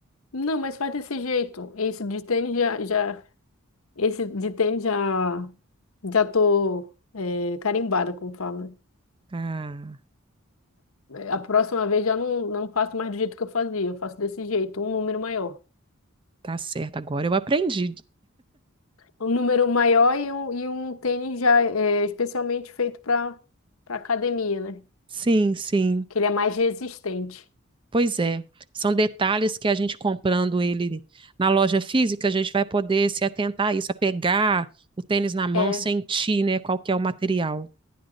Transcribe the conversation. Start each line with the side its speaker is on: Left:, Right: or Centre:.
Left: Não, mas faz desse jeito. Esse de tênis já, já, esse de tênis já, já tô é, carimbada, como fala.
Right: Ah.
Left: A, a próxima vez já não, não faço mais do jeito que eu fazia, eu faço desse jeito, um número maior.
Right: Tá certo, agora eu aprendi.
Left: Um número maior e um, e um tênis já é, especialmente feito para para academia, né?
Right: Sim, sim.
Left: Que ele é mais resistente.
Right: Pois é. São detalhes que a gente comprando ele na loja física, a gente vai poder se atentar a isso, a pegar o tênis na mão,
Left: É,
Right: sentir, né, qual que é o material.